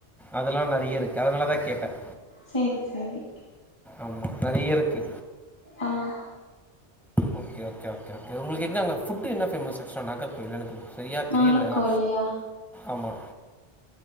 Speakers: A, in the centre; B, on the left (about 30°).
A: அதல்லாம் நெறய இருக்கு அதனால தான் கேட்டேன்
B: செரி செரி
A: ஆமா. நெறைய இருக்கு
B: ஆஹ்
A: ஓகே ஓகே ஓகேஓகே உங்களுக்குங்க அங்க ஃபட்டு் என்ன ஃபேமஸ் நாகர்கோவில் எனக்கு சரியா தெரியலயா
B: நாகர் கோயில்லையா
A: ஆமா